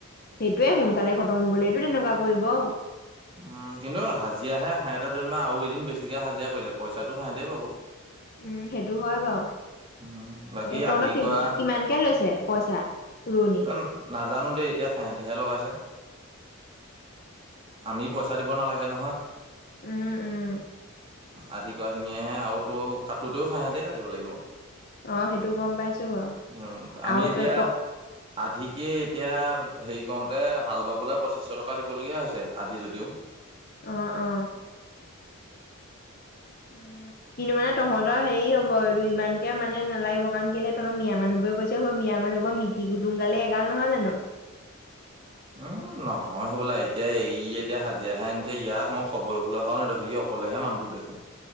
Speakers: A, on the left (about 45°); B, on the right (about 25°).
A: সেইটোৱে সোনকালে খতম হবলৈটো তেনেকুৱা কৰিব
B: উম কিন্তু হাজিৰা হে সাঁত' দুনিমান আৰু এদিন বেছিকে হাজিৰা কৰিলে পইচাটো সেতেই পাব
A: <inaudible> উম সেইটো হয় বাঅ
B: উম বাকী
A: তহঁতক
B: আধি
A: কি
B: কৰা
A: কিমানকে লৈছে পইচা? ৰোৱনী
B: ইমান নাজানো দেই এতিয়া সেহেতেহে লগাইছে আমি পইচা দিব নালাগে নহয়
A: উম উম
B: আদি কোৱা খিনিয়েহে আওতো কটোতেও সাহঁা তেই কাটিব লাগিব
A: অ সেইটো গম পাইছো বাৰু
B: নিয়ম এনেকোৱা আমি
A: আৰু
B: এতিয়া
A: ত ত
B: আধিকে এতিয়া হেৰি কওতে হাল বাবলে পঁচিছশ টকা দিবলগীয়া হৈছে আজি যদিও
A: অ অ অ কিন্তু মানে তহঁতৰ হেৰি হব এইটো ইমানকে মানে নালাগিব কাৰণ কেলে তহঁত মিয়া মানুহবোৰে গৈছ ছে মিয়া মানুহবোঅ মিতি-গুটুম গালে এগাল নহয় জানো
B: উম নহয় হ'বলা এতিয়া এই ই এতিয়া হাজিয়া হে আনিছে ইয়াক মই খবৰ লবলৈ অহাও মাই দেখোন ইয়ক ক'লেহে মানুহটোক দেখোন